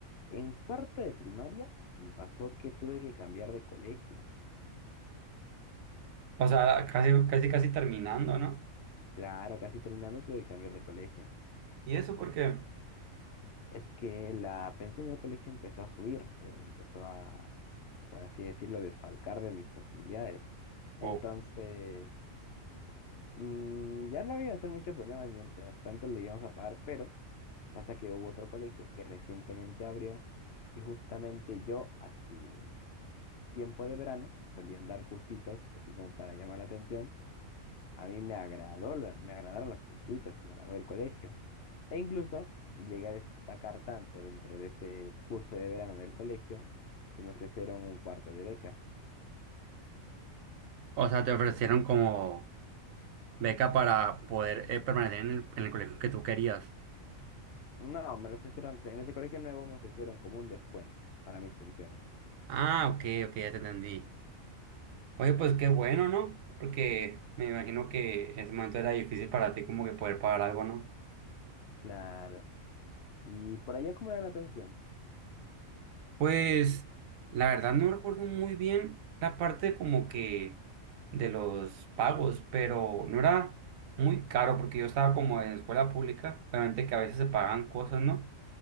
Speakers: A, on the left (about 55°); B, on the right (about 80°).
A: En cuarto de primaria, me pasó que tuve que cambiar de colegio.
B: O sea, casi, casi, casi terminando, ¿no?
A: Claro, casi terminando tuve que cambiar de colegio.
B: Y eso porque...
A: Es que la pensión del colegio empezó a subir, se empezó a, por así decirlo, desfalcar de mis posibilidades. Entonces,
B: ok
A: mm, ya no había hacer mucho problema mientras tanto lo íbamos a pagar, pero pasa que hubo otro colegio que recientemente abrió y justamente yo a su tiempo de verano, que solían dar cursitos, así como para llamar la atención, a mí me agradó, la- me agradaron los cursitos y me agradó el colegio. E incluso llegué a destacar tanto dentro de ese curso de verano del colegio que me ofrecieron un cuarto de beca.
B: O sea, te ofrecieron como beca para poder eh, permanecer en el, en el colegio que tú querías.
A: No, me ofrecieron, en ese colegio nuevo me ofrecieron como un descuento para mis pensiones.
B: Ah, ok, ok, ya te entendí. Oye, pues qué bueno, ¿no? Porque me imagino que en ese momento era difícil para ti como que poder pagar algo, ¿no?
A: Claro. ¿Y por allá cómo era la pensión?
B: Pues la verdad no recuerdo muy bien la parte como que de los pagos, pero no era muy caro porque yo estaba como en escuela pública, obviamente que a veces se pagan cosas, ¿no?